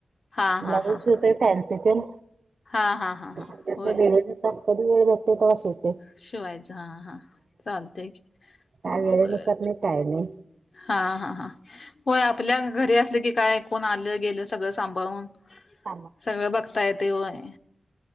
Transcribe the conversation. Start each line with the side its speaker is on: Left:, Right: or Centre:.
Left: हा
Right: ब्लाऊज
Left: हा हा
Right: शवतोय
Left: हा
Right: फॅन्सी तेन
Left: हा हा हा
Right: कधी
Left: हा होय
Right: वेळ भेटेल तेंव्हा शिवतोय.
Left: शिवायच हा हा चालतय
Right: काय
Left: बर.
Right: वेळेनुसार नाही काय नाही
Left: हा हा हा होय आपल्या घरी असलं की काय कोण आलं गेलं सगळं सांभाळून
Right: <unintelligible>
Left: सगळं बघता येतंय होय